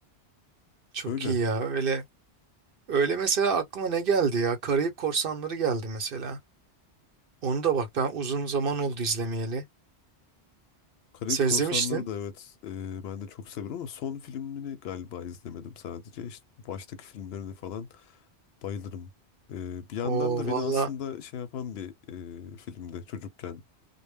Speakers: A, on the right; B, on the left.
A: Çok
B: Öyle.
A: iyi ya. Öyle öyle mesela aklıma ne geldi ya? Karayip Korsanları geldi mesela. Onu da bak ben uzun zaman oldu izlemeyeli.
B: Karayip
A: Sen
B: Korsanları
A: izlemiştin.
B: da evet e, ben de çok severim ama son filmini galiba izlemedim sadece. İşte baştaki filmlerini falan bayılırım. E, bir yandan
A: Oo
B: da beni
A: valla.
B: aslında şey yapan bir e, filmde çocukken